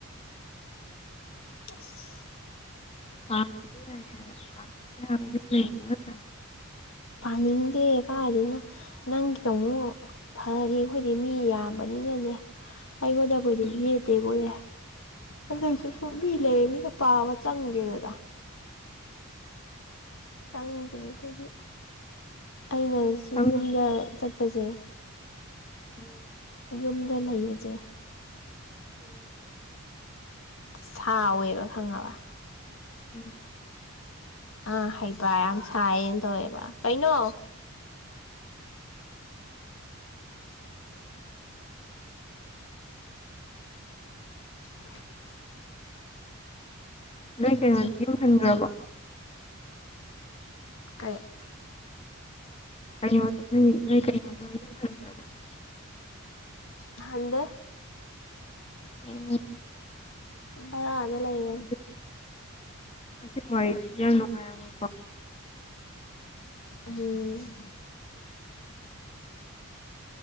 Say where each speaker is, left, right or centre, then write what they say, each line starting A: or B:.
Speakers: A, on the left (about 65°); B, on the left (about 25°).
A: ꯑꯁ
B: ꯄꯥꯗꯤ ꯌꯥ ꯍꯥꯏꯕ ꯄꯗꯤ ꯌꯥꯕꯒꯤ ꯂꯩꯅ ꯅꯠꯇ꯭ꯔꯥ
A: ꯄꯥꯅꯤꯡꯗꯦ ꯀꯗꯅ ꯅꯪꯒꯤꯗ ꯑꯃꯨꯛ ꯐꯔꯤ ꯑꯩꯈꯣꯏꯗꯤ ꯃꯤ ꯌꯥꯝꯕꯅꯤꯅꯅꯦ ꯑꯩꯒꯣꯟꯗꯕꯣꯏꯗꯤ
B: ꯎꯝ
A: ꯌꯦ ꯇꯦꯕꯣꯌꯦ ꯑꯗꯨꯏꯁꯨ ꯁꯨꯝꯕꯤ ꯂꯩꯌꯦ ꯃꯤꯅ ꯄꯥꯕ ꯆꯪꯒꯦꯗꯗ ꯆꯪꯗꯦ ꯑꯗꯒꯤ ꯑꯩꯅ ꯁꯤ
B: ꯈꯪꯗꯕ
A: ꯌꯨꯝꯗ ꯆꯠꯄꯁꯦ
B: ꯎꯝ
A: ꯌꯨꯝꯗ ꯂꯩꯌꯨꯖꯦ
B: ꯎꯝ
A: ꯁꯥꯎꯋꯦꯕ ꯈꯪꯉꯕ
B: ꯎꯝ
A: ꯑꯥ ꯍꯩꯄ ꯌꯥꯝ ꯁꯥꯏꯌꯦꯟ ꯇꯧꯋꯦꯕ ꯀꯩꯅꯣ <inaudible>
B: ꯅꯣꯏ ꯀꯩꯅꯣꯗꯤ ꯌꯨꯝꯍꯟꯒ꯭ꯔꯕꯣ
A: ꯀꯩ
B: <unintelligible> <unintelligible>
A: ꯍꯟꯗꯦ
B: <unintelligible>
A: ꯕꯔꯥꯗ ꯂꯩꯌꯦ꯫
B: ꯑꯗꯨꯗꯤ ꯑꯗꯨꯏ ꯋꯥꯔꯤ ꯗꯨꯖꯨ ꯌꯥꯝ ꯅꯨꯡꯉꯥꯏꯔꯝꯃꯣꯏꯀꯣ꯫
A: ꯎꯝ